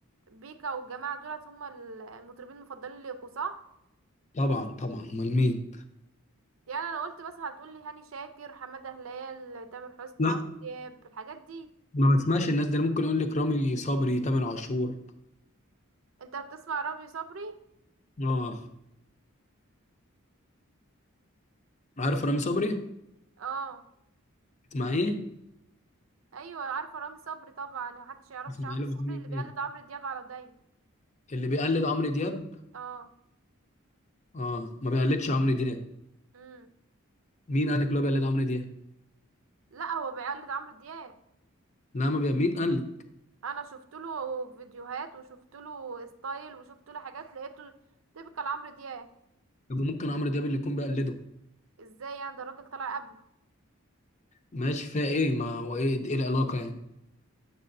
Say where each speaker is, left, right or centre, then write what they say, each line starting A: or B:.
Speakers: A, on the right; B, on the left.
A: بيكا والجماعه دولت هم المطربين المفضلين ليكوا صح
B: طبعا طبعا امال مين
A: يعني انا قلت بس هتقولي هاني شاكر حمادة هلال تامر حسني
B: لا
A: عمرو دياب الحاجات دي
B: ما بسمعش الناس دي أنا ممكن يقول لك رامي صبري تامر عاشور
A: انت بتسمع رامي صبري
B: اه عارف رامي صبري
A: اه
B: اسمع ايه
A: ايوه عارفه رامي صبري طبعا محدش يعرفش
B: اسمع
A: عمرو
B: له
A: صبري
B: أغاني
A: اللي بيقلد
B: إيه؟
A: عمرو دياب على دايم
B: اللي بيقلد عمرو دياب
A: اه
B: اه ما بيقلدش عمرو دياب
A: امم
B: مين قال لك لو بيقلد عمرو دياب
A: لا هو بيقلد عمرو دياب
B: لا ما بي... مين قال لك
A: انا شفت له فيديوهات وشفت له ستايل وشفت له حاجات لقيته تيبيكال عمرو دياب
B: طب ممكن عمرو دياب اللي يكون بيقلده
A: ازاي يعني ده الراجل طلع قبله
B: ماشي فيها ايه ما هو ايه ايه العلاقه يعني